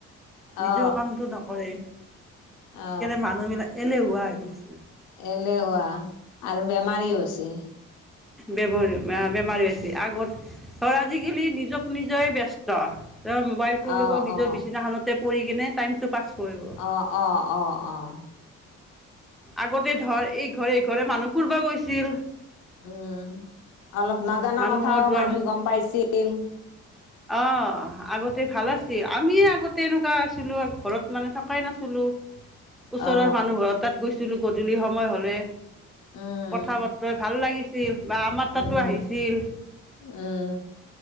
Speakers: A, on the left; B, in the centre.
A: অ
B: নিজেও কামটো নকৰে সেইকাৰণে
A: অ
B: মানুহবিলাক এলেহুৱা হৈ গৈছে।
A: এলেহুৱা আৰু বেমাৰী হৈছি।
B: বেমাৰ বেমাৰী হৈছি আগত ধৰ আজিকালি নিজক নিজয়ে ব্যস্ত। মোবাইল টো
A: অ
B: লব নিজৰ
A: অ
B: বিছনাখনতে পৰি কিনে টাইম টো পাছ কৰিব
A: অহ অহ অহ অহ।
B: আগতে ধৰ এইঘৰে এইঘৰে মানুহ ফুৰিব গৈছিল।
A: উম অলপ নাজানা
B: মানুহৰ
A: কথাও
B: দুৱাৰ
A: মানুহে
B: মুখ
A: গম পাইছিল।
B: অ আগতে ভাল আছ গ'ল আমি এ আগতে এনেকুৱা আছিলো ঘৰত মানে থকাই নাছিলো। ওচৰৰ
A: অ
B: মানুহ ঘৰৰ তাত গৈছিলো গধূলি সময় হলে
A: উম
B: কথা বতৰাই ভাল লাগিছিল। বা আমাৰ তাতো
A: উম
B: আহিছিল।
A: উম